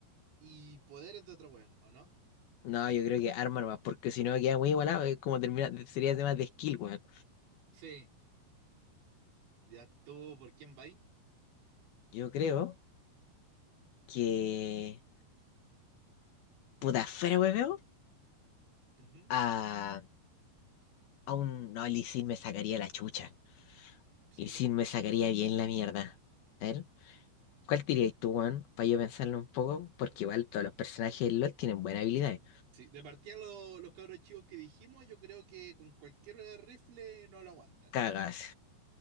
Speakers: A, on the right; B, on the left.
A: y poderes de otro weón, ¿o no?
B: No, yo creo que arma nomás, porque si no queda muy igualado, es como termina, sería tema de skill, weón.
A: Sí, Ya estuvo por quién va ahí.
B: Yo creo que. Puta, fuera, weón,
A: Ujú.
B: a, a un. No, el Lee Sin me sacaría la chucha.
A: Sí,
B: Lee
A: vos.
B: Sin me sacaría bien la mierda. A ver. ¿Cuál dirías tú, weón? Para yo pensarlo un poco, porque igual todos los personajes del LoL tienen buenas habilidades.
A: Sí, de partida lo- los cabros chicos que dijimos, yo creo que con cualquier rifle no lo aguantan.
B: Cagas.